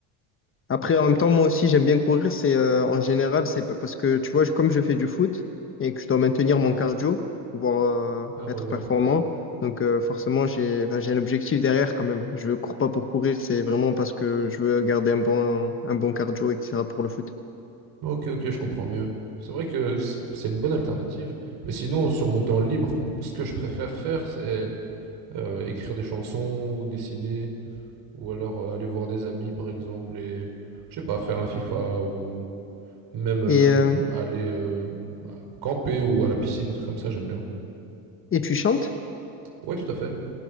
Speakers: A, on the left; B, on the right.
A: Après, en même temps, moi aussi, j'aime bien courir. C'est euh, en général, c'est parce que tu vois, je- comme je fais du foot et que je dois maintenir mon cardio pour pouvoir euh,
B: Ah ouais,
A: être
B: ouais.
A: performant, donc euh, forcément, j'ai enfin, j'ai un objectif derrière quand même. Je ne cours pas pour courir, c'est vraiment parce que je veux garder un bon, un bon cardio, etc. pour le foot.
B: Ok, ok, je comprends mieux. C'est vrai que c- c'est une bonne alternative. Mais sinon, sur mon temps libre, ce que je préfère faire, c'est euh, écrire des chansons ou dessiner, ou alors euh, aller voir des amis, par exemple, et je sais pas, faire un FIFA ou Même euh,
A: Et, euh,
B: aller euh, bah, camper ou à la piscine, des trucs comme ça, j'aime bien.
A: et tu chantes?
B: Oui, tout à fait.